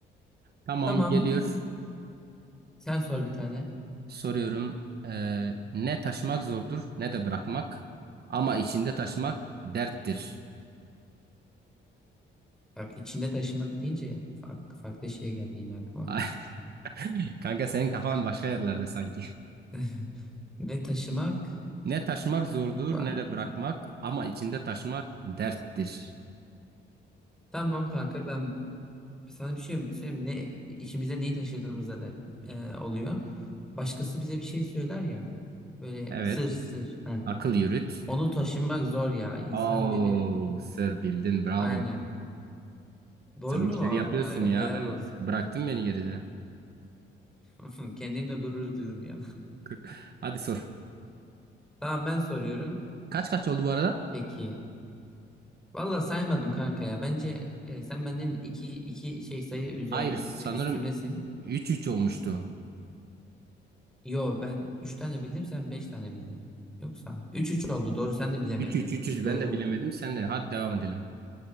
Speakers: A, on the right (about 55°); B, in the centre.
A: Tamam
B: Tamam.
A: geliyor.
B: Sen sor bir tane.
A: Soruyorum. Ee, ne taşımak zordur ne de bırakmak. Ama içinde taşımak derttir.
B: Bak içinde taşımak deyince ya, fark- farklı şey geldi yine aklıma.
A: <laughs> Kanka senin kafan başka yerlerde sanki.
B: <laughs> Ne taşımak?
A: Ne taşımak zordur
B: E, pa-
A: ne de bırakmak. Ama içinde taşımak derttir.
B: Tamam kanka ben sana bir şey söyleyeyim. Ne, içimize neyi taşıdığımıza der, e, oluyor. Başkası bize bir şey söyler ya. Böyle
A: Evet.
B: sır sır. Ha
A: Akıl yürüt.
B: Onu taşımak zor ya. İnsan
A: Oo,
B: böyle
A: sır bildin bravo.
B: aynen. Doğru
A: Sen bu işleri
B: mu? Allah
A: yapıyorsun
B: helal
A: ya. Ben
B: olsun
A: bıraktım beni geride.
B: ya. <laughs> Kendimle gurur duydum ya.
A: <laughs> Hadi sor.
B: <laughs> Tamam ben soruyorum.
A: Kaç kaç oldu bu arada?
B: Peki. Valla saymadım kanka ya. Bence e, sen benden iki, iki şey sayı üzer,
A: Hayır sanırım
B: üz- üstümdesin.
A: üç üç olmuştu.
B: Yo ben üç tane bildim sen beş tane bildin. Yoksa üç üç oldu doğru sen de bilemedin.
A: 300 300
B: Doğru
A: ben de
B: doğru.
A: bilemedim. Sen de hadi devam edelim.